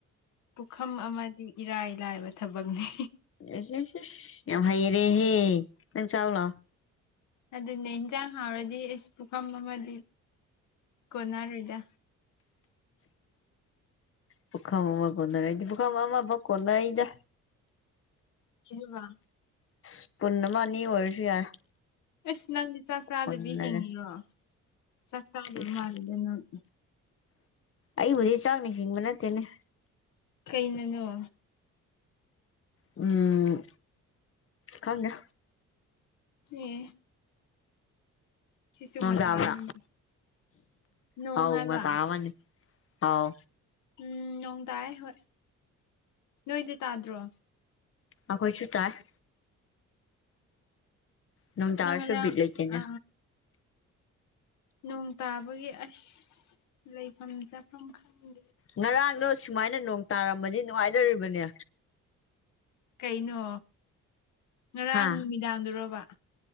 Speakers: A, on the left; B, on the left.
A: ꯄꯨꯈꯝ ꯑꯃꯗꯤ ꯏꯔꯥꯏ ꯂꯥꯏꯕ ꯊꯕꯛꯅꯤ꯫
B: ꯏꯁ‌ ꯏꯁ ꯏꯁ ꯌꯥꯝ ꯍꯩꯔꯦꯍꯦ ꯅꯪ ꯆꯥꯎꯂꯥꯎ꯫
A: ꯑꯗꯨꯅꯦ ꯏꯟꯖꯥꯡ ꯍꯥꯎꯔꯗꯤ ꯏꯁ ꯄꯨꯈꯝ ꯑꯃꯗꯤ ꯀꯣꯟꯅꯔꯣꯏꯗ꯫
B: ꯄꯨꯈꯝ ꯑꯃꯥ ꯀꯣꯟꯅꯔꫭꯏꯗꯤ ꯄꯨꯈꯝ ꯑꯃꯥ ꯑꯃꯥ ꯕꯥꯎ ꯀꫭꯟꯅꯩꯗ꯫
A: ꯀꯩꯍꯥꯏꯕ꯫
B: ꯏꯄꯨꯟꯑꯃ ꯑꯅꯤ ꯑꯣꯏꯔꯁꯨ ꯌꯥꯔꯦ꯫
A: ꯑꯁ ꯅꯪꯗꯤ ꯆꯥꯛ ꯆꯥꯗꯕꯤ
B: ꯎꯟꯅꯔꯦ
A: ꯍꯤꯡꯉꯤꯔꯣ ꯆꯥꯛ ꯆꯥꯗꯕ
B: ꯏꯁ
A: ꯃꯥꯜꯂꯦꯗ ꯅꯪ꯫
B: ꯑꯩꯕꯨꯗꯤ ꯆꯥꯛ ꯍꯤꯡꯕ ꯅꯠꯇꯦꯅꯦ꯫
A: ꯀꯩꯅꯅꯣ꯫
B: ꯎꯝ ꯈꯪꯗꯦ꯫
A: ꯑꯦ꯫ ꯁꯤꯁꯨ
B: ꯅꯨꯡꯗꯥꯡꯗ
A: ꯃꯇꯥ ꯑꯃꯅꯤ ꯅꯣꯡ
B: ꯑꯥꯎ
A: ꯍꯥꯏꯕ
B: ꯃꯇꯥꯑꯃꯅꯤ ꯑꯥꯎ꯫
A: ꯎꯝ ꯅꯣꯡ ꯇꯌꯦ ꯍꯣꯏ ꯅꯣꯏꯗꯤ ꯇꯥꯗ꯭ꯔꯣ꯫
B: ꯑꯈꯣꯏꯁꯨ ꯇꯥꯏꯌꯦ꯫ ꯅꯣꯡꯇꯁꯨ
A: ꯅꯪ ꯉꯔꯥꯡ
B: ꯕꯤꯠꯂꯩꯇꯦꯅ꯫
A: ꯑ ꯅꯣꯡ ꯇꯥꯕꯒꯤ ꯑꯁ ꯂꯩꯐꯝ ꯆꯥꯐꯝ ꯈꯪꯗꯦ꯫
B: ꯉꯔꯥꯡꯗꯣ ꯁꯨꯃꯥꯏꯅ ꯅꯣꯡ ꯇꯥꯔꯝꯃꯗꯤ ꯅꯨꯡꯉꯥꯏꯗꯨꯔꯤꯕꯅꯦ꯫
A: ꯀꯩꯅꯣ ꯉꯔꯥꯡ
B: ꯍꯥ
A: ꯅꯨꯃꯤꯗꯥꯡꯗꯨꯔꯕ꯫